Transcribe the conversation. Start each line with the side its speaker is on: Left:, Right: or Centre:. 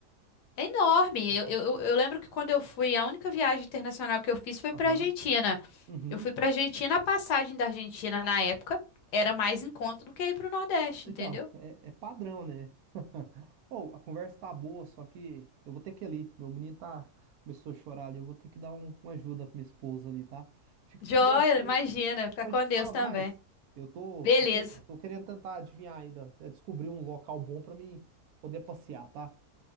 Left: É enorme.
Right: Aham.
Left: Eu, eu, eu eu lembro que quando eu fui, a única viagem internacional que eu fiz foi
Right: Aham.
Left: para Argentina.
Right: Uhum.
Left: Eu fui para Argentina, a passagem da Argentina na época era mais em conta do que ir para o Nordeste,
Right: Então,
Left: entendeu?
Right: é, é padrão, né? <laughs> Ou a conversa tá boa, só que eu vou ter que ir ali. Meu menino tá começou a chorar ali. Eu vou ter que dar um- uma ajuda pra minha esposa ali, tá? Fica
Left: Joia,
Right: com Deus.
Left: imagina,
Right: Hoje,
Left: fica
Right: a
Left: com
Right: gente
Left: Deus
Right: fala
Left: também.
Right: mais. Eu tô,
Left: Beleza.
Right: tô, quer- tô querendo tentar adivinhar ainda, é descobrir um local bom pra mim poder passear, tá?